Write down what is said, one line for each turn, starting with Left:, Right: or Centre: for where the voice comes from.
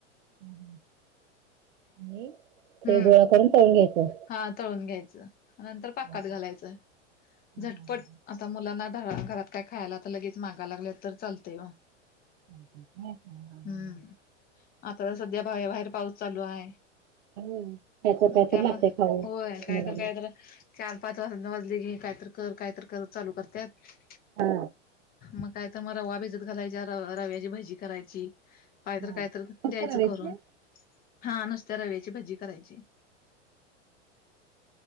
Right: ह ह आणि
Left: हम्म
Right: ते गोळा करून तळून घ्यायचं
Left: हा तळून घ्यायच नंतर पाकात
Right: हा, हा,
Left: घालायच झटपट
Right: हा, हा.
Left: आता मुलांना घरा घरात काय खायला आता लगेच माग गा लागल्या तर चालतय व
Right: ह
Left: हम्म आता तर सध्या बाहे बाहेर पाऊस चालू आहे.
Right: हम्म कायतर कायतर
Left: म त्यामु
Right: लागतंय खाऊ
Left: होय काय
Right: मुलांना.
Left: तर काय तर चार पाच वाज न वाजले की काय तर कर काय तर कर चालू करत्यात.
Right: हा
Left: मग काय तर मग रवा भिजत घालायच्या र रव्याची भजी करायची.
Right: हां.
Left: काय तर काय तर
Right: फक्त
Left: द्यायचं
Right: रव्याचे?
Left: करून हा नुसत्या रव्याची भजी करायची.